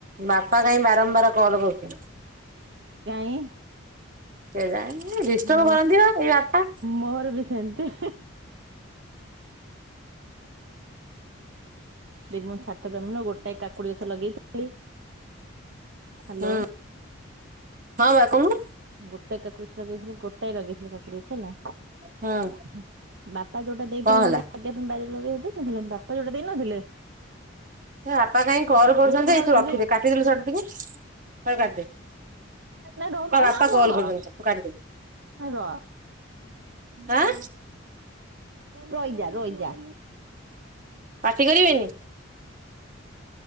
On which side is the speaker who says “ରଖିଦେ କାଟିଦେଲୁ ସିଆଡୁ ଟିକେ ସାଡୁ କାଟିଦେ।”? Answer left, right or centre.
Right